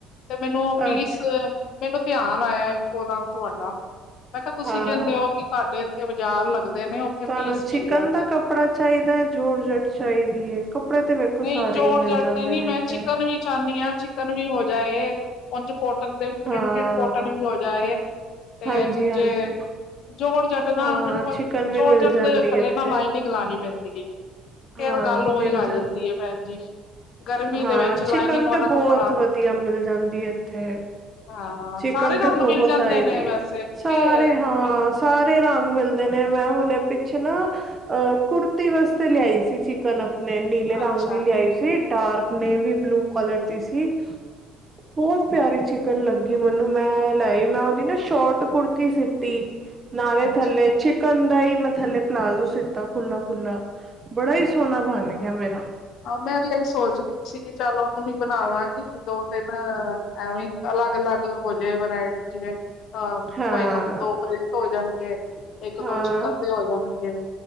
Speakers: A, on the left (about 65°); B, on the right (about 30°).
A: ਤੇ ਮੈਨੂੰ ਉਹ ਪੀਸ
B: ਅੱਛਾ
A: ਮੈਨੂੰ ਧਿਆਨ ਆਇਆ, ਇੱਕੋ ਦਮ ਤੁਹਾਡਾ ਮੈਂ ਕਿਹਾ ਤੁਸੀਂ
B: ਹਾਂ
A: ਕਹਿੰਦੇ ਹੋ, ਕਿ ਤੁਹਾਡੇ ਇੱਥੇ ਬਾਜ਼ਾਰ ਲੱਗਦਾ। ਨੇ ਉੱਥੇ
B: ਤੁਹਾਨੂੰ
A: ਪੀਸ
B: ਚਿਕਨ
A: ਮਿਲ ਜਾਂਦੇ
B: ਦਾ
A: ਨੇ,
B: ਕੱਪੜਾ ਚਾਹੀਦਾ ਹੈ, ਜ਼ੋਰ ਜੱਟ ਚਾਹੀਦੀ ਹੈ। ਕੱਪੜੇ ਤੇ।
A: ਨਹੀਂ
B: ਸਾਰੇ
A: ਜੋੜ
B: ਹੀ ਮਿਲ
A: ਜਟ
B: ਜਾਂਦੇ
A: ਤੇ ਨੀ
B: ਨੇ
A: ਮੈਂ
B: ਇੱਥੇ
A: ਚਿਕਨ ਵੀ ਚਾਹੁੰਦੀ ਹਾਂ। ਚਿਕਨ ਵੀ ਹੋ ਜਾਏ ਉਝ। ਕੋਟਨ ਦੇ ਪ੍ਰਿੰਟਡ
B: ਹਾਂ
A: ਕੋਟਨ ਵੀ ਹੋ ਜਾਏ ਤੇ
B: ਹਾਂਜੀ ਹਾਂਜੀ
A: ਜੇ। ਜੀਉਰ ਜੱਟ ਨਾ
B: ਹਾਂ
A: ਮੈਨੂੰ ਜੀਉਰ
B: ਚਿਕਨ ਵੀ ਮਿਲ
A: ਜਟ
B: ਜਾਂਦੀ
A: ਦੇ ਥੱਲੇ
B: ਇੱਥੇ
A: ਨਾਲ ਲਾਈਨਿੰਗ ਲਾਉਣੀ ਪੈਂਦੀ। ਫਿਰ
B: ਹਾਂ
A: ਗੱਲ ਓਹੀ
B: ਮਿਲ
A: ਆ
B: ਜਾਂ
A: ਜਾਂਦੀ ਹੈ, ਭੈਣ ਜੀ। ਗਰਮੀ
B: ਹਾਂ
A: ਦੇ ਵਿੱਚ ਲਾਈਨਿੰਗ
B: ਚਿਕਨ
A: ਵਾਲਾ
B: ਤੇ
A: ਕੱਪੜਾ
B: ਬਹੁਤ ਵਧੀਆ ਮਿਲ ਜਾਂਦੀ ਇੱਥੇ
A: ਹਾਂ
B: ਚਿਕਨ
A: ਸਾਰੇ
B: ਤੇ
A: ਰੰਗ
B: ਬਹੁਤ
A: ਮਿਲ ਜਾਂਦੇ
B: ਆਏ ਦੀ
A: ਨੇ ਵੈਸੇ
B: ਹੈ,
A: ਕੇ
B: ਸਾਰੇ ਹਾਂ।
A: ਕੋਈ
B: ਸਾਰੇ ਰੰਗ ਮਿਲਦੇ ਨੇ, ਮੈਂ ਹੁਣੇ ਪਿੱਛੇ ਨਾ ਅਹ ਕੁੁੜਤੀ ਵਾਸਤੇ ਲਿਆਈ ਸੀ ਚ ਕੱਲ ਨੇ ਨੀਲੇ ਰੰਗ
A: ਅੱਛਾ।
B: ਦੀ ਲਿਆਈ ਸੀ, ਡਾਰਕ ਨੇ ਵੀ ਬਲੂ ਕਲਰ ਦੀ ਸੀ। ਬਹੁਤ ਪਿਆਰੀ ਚਿਕਨ ਲੱਗੀ, ਮੈਨੂੰ ਮੈਂ ਲਏ ਨਾ ਮੈਂ ਉਹਦੀ ਨਾ ਸ਼ੋਟ ਕੁੜਤੀ ਸੀਤੀ। ਨਾਲੇ
A: ਅੱਛਾ
B: ਥੱਲੇ ਚਿਕਨ ਦਾ ਹੀ ਮੈਂ ਥੱਲੇ ਪਲਾਜ਼ੋ, ਸਿੱਤਾ ਖੁੱਲਾ-ਖੁੱਲਾ। ਬੜਾ ਹੀ ਸੋਹਣਾ ਬਣ ਗਿਆ ਮੇਰਾ,
A: ਆਹ ਮੈਂ ਵੀ ਇਹੀ ਸੋਚਦੀ ਸੀਗੀ ਚੱਲ ਉਹਨੂੰ ਵੀ ਬਣਾ ਦਾਂਗੀ ਦੋ ਤਿੰਨ। ਐਵੇਂ ਅਲੱਗ ਅਲੱਗ ਹੋ ਜੇ ਵਰਾਇਟੀ ਜਿਵੇਂ। ਹਾਂ
B: ਹਾਂ
A: ਕੋਈ ਇੱਕ ਦੋ ਪ੍ਰਿੰਟ ਹੋ ਜਾਣਗੇ ਇੱਕ
B: ਹਾਂ
A: ਦੋ ਚਿਕਨ ਦੇ ਹੋ ਜਾਣਗੇ।